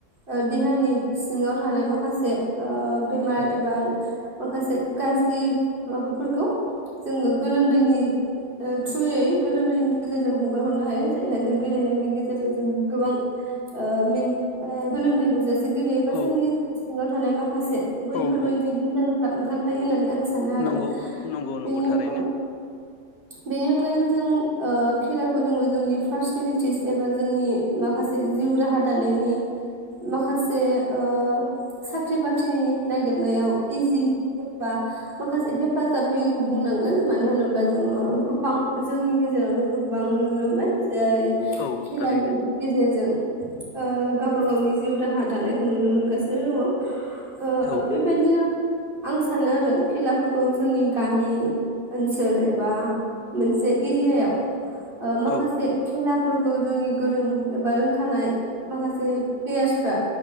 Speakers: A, on the right; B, on the left.
A: ओ देहानि सिङाव थानाय माखासे ओ बेमार
B: उम
A: एबा माखासे गाज्रि माबाफोरखौ जोङो गोलोमदैनि ओ थ्रुयै गोलोमदैनि गेजेरजों हगार हरनो हायो जेरैहाय जों गेलेनायनि गेजेरजों जों गोबां ओ मिं ओ गोलोमदै गजासे गेलेयोबा
B: औ
A: जोंनि सिङाव थानाय माखासे बैफोरबायदि
B: औ औ
A: बिजानुफ्रा ओंखारफायो होननानै आं सानो आरो
B: नंगौ नंगौ नंगौ
A: बेनि
B: थारैनो
A: अन बेनि अनगायैबो जों ओ खेलाखो जोङो जोंनि पार्सनेलिटिस एबा जोंनि माखासे जि जिउ राहा दानायनि माखासे ओ साख्रि बाख्रिनि नागिरनायाव इजि बा माखासे हेफाजाब होयोखौ बुंनांगोन मानो होनोब्ला ओ गोबां जोंनि गेजेरावनो गोबबां नुनो मोनबाय। जाय
B: औ
A: खेलानि
B: थारैनो
A: गेजेरजों ओ गावबागावनि जिउ राहा दानायखौ नुनो मोनगासिनो दङ ओ
B: औ
A: बेबायदिनो आं सानो आरो खेलाफोरखौ जोंनि गामि ओनसोल ए बा मोनसे एरियायाव ओ माखासे
B: औ
A: खेला फोरखौ जोंनि गोरों एबा रोंखानाय माखासे प्लेयार्सफ्रा